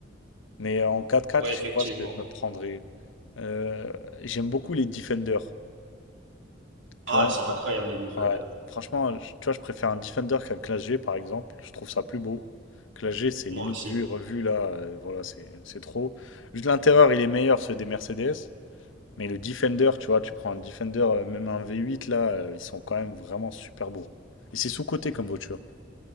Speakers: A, on the left; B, on the right.
A: Mais en quatre quatre
B: Ouais,
A: je
B: effectivement.
A: sais pas ce que je me prendrais. Euh, j'aime beaucoup les defenders. Tu
B: Ah,
A: vois,
B: elles sont
A: ouais.
B: incroyables les Defender.
A: ouais. Franchement, je- tu vois, je préfère un defender qu'un classe G, par exemple. Je trouve ça plus beau. classe G, c'est
B: Moi
A: limite
B: aussi.
A: vu et revu, là. euh, voilà, c'est c'est trop. Juste l'intérieur, il est meilleur, ceux des Mercedes. Mais le defender, tu vois, tu prends un defender, euh, même un V8, là, euh, ils sont quand même vraiment super beaux. Et c'est sous-coté comme voiture.